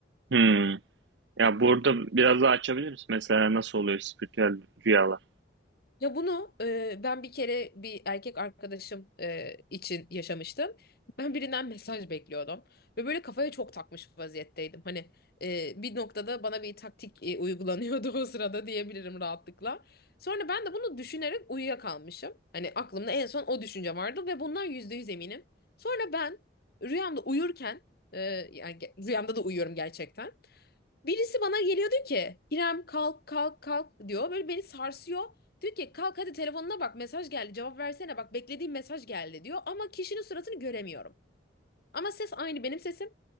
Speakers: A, on the right (about 70°); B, on the left (about 55°).
A: Hmm. Ya burada biraz daha açabilir misin? Mesela nasıl oluyor spiritüel rüyalar?
B: Ya bunu e, ben bir kere bir erkek arkadaşım e, için yaşamıştım. Ben birinden mesaj bekliyordum ve böyle kafaya çok takmış vaziyetteydim. Hani e, bir noktada bana bir taktik e, uygulanıyordu <laughs> o sırada diyebilirim rahatlıkla. Sonra ben de bunu düşünerek uyuyakalmışım. Hani aklımda en son o düşünce vardı ve bundan yüzde yüz eminim. Sonra ben rüyamda uyurken e, yani ge- rüyamda da uyuyorum gerçekten. Birisi bana geliyordu ki İrem kalk kalk kalk diyor. Böyle beni sarsıyor. Diyor ki kalk hadi telefonuna bak mesaj geldi cevap versene bak beklediğim mesaj geldi diyor. Ama kişinin suratını göremiyorum. Ama ses aynı benim sesim.